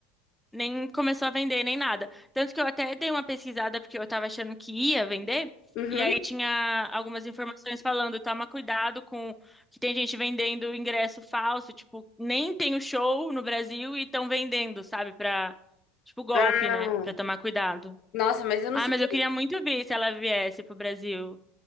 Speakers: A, in the centre; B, on the left.
A: nem começou a vender nem nada. Tanto que eu até dei uma pesquisada porque eu tava achando que ia vender.
B: Uhum.
A: E aí tinha algumas informações falando, toma cuidado com que tem gente vendendo ingresso falso, tipo, nem tem o show no Brasil e estão vendendo, sabe, pra, tipo, golpe,
B: Ah,
A: né? Pra tomar cuidado.
B: nossa, mas eu não
A: Ah,
B: sei.
A: mas eu queria muito ver se ela viesse pro Brasil.